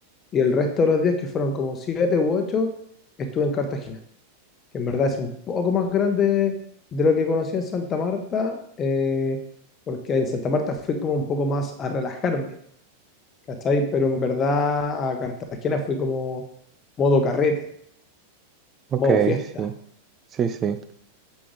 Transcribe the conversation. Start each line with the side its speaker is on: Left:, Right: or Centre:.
Left: Y el resto de los días, que fueron como siete u ocho, estuve en Cartagena. que en verdad es un poco más grande de lo que conocí en Santa Marta, eh, porque en Santa Marta fui como un poco más a relajarme, ¿cachai? Pero en verdad a Cartagena fui como modo carrete,
Right: Ok,
Left: modo fiesta.
Right: sí, sí, sí.